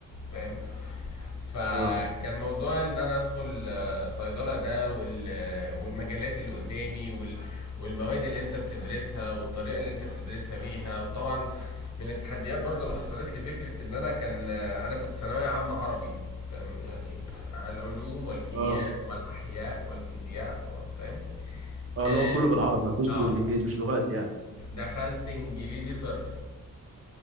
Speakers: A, on the left (about 55°); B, on the right (about 45°).
A: فاهم فكان
B: اه
A: موضوع ان انا ادخل آه، صيدلة ده وال- آه، والمجالات اللي قدامي وال- والمواد اللي انت بتدرسها والطريقة اللي انت بتدرسها بيها وطبعا من التحديات برضو اللي حصلت لي فكرة ان انا كان آه، انا كنت ثانوية عامة عربي فاهم يعني العلوم والكيمياء
B: اه
A: والاحياء والفيزياء و- فاهم
B: اه
A: اه
B: اللي هو كله بالعربي مفيش
A: آه،
B: بالإنجليزي مش لغات يعني
A: دخلت انجليزي صرف